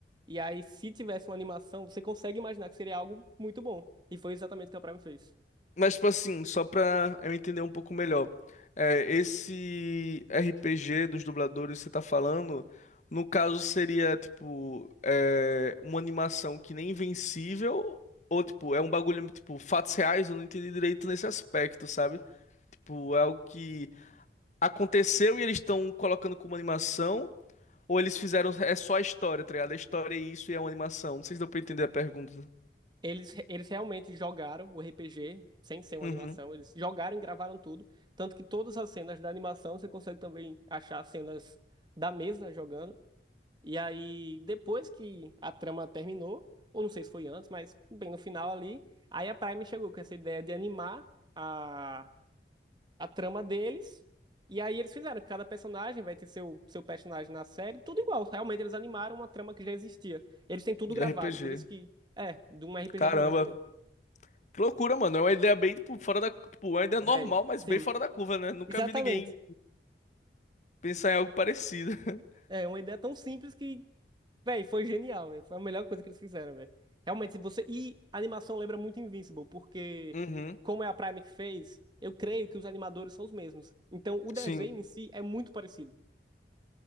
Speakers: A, on the right; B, on the left.
A: E aí se tivesse uma animação, você consegue imaginar que seria algo muito bom. E foi exatamente o que a Prime fez.
B: Mas, tipo assim, só pra eu entender um pouco melhor. É, esse RPG dos dubladores que você tá falando, no caso seria, tipo, é, uma animação que nem Invencível, ou, tipo, é um bagulho, tipo, fatos reais, eu não entendi direito nesse aspecto, sabe? Tipo, é algo que aconteceu e eles estão colocando como animação, ou eles fizeram, é só a história, tá ligado? A história é isso e é uma animação. Não sei se deu pra entender a pergunta.
A: Eles, eles realmente jogaram o RPG, sem ser uma
B: Uhum.
A: animação, eles jogaram e gravaram tudo. Tanto que todas as cenas da animação você consegue também achar cenas da mesa jogando. E aí, depois que a trama terminou, ou não sei se foi antes, mas bem no final ali, aí a Prime chegou com essa ideia de animar a, a trama deles. E aí eles fizeram, cada personagem vai ter seu, seu personagem na série, tudo igual. Realmente eles animaram uma trama que já existia. Eles têm tudo
B: De
A: gravado,
B: RPG.
A: por isso que. É, de um RPG
B: Caramba,
A: de mesa mesmo.
B: Que loucura, mano. É uma ideia bem, tipo, fora da. Tipo, uma ideia
A: Véi,
B: normal, mas
A: sim.
B: bem fora da curva, né? Nunca
A: Exatamente.
B: vi ninguém pensar em algo parecido. <laughs>
A: É uma ideia tão simples que, véi, foi genial, véi. Foi a melhor coisa que eles fizeram, véi. Realmente, se você. E a animação lembra muito Invincible, porque,
B: Uhum,
A: como é a Prime que fez, eu creio que os animadores são os mesmos. Então, o desenho
B: sim.
A: em si é muito parecido.